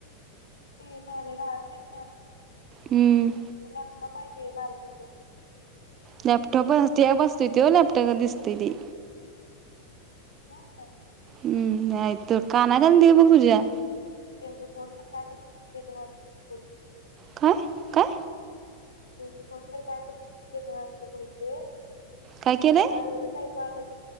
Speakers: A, on the left; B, on the right.
A: ते माझ्या डाव्या साईड
B: हम्म.
A: लॅपटॉप आहे ते बारकस.
B: लॅपटॉप अस टॅब असतोय त्यो लॅपटॉपगत दिसतंय ती.
A: होय काय?
B: हम्म <unintelligible>
A: काय
B: घालून दे
A: <unintelligible>
B: बघ तुझ्या
A: त्यांचं कोण तर काय तर <unintelligible>
B: काय, काय?
A: त्यांच कोणतरी काहीतरी केले असतंय म्हण ते
B: काय केलंय
A: मला एवढंच ऐकू आलं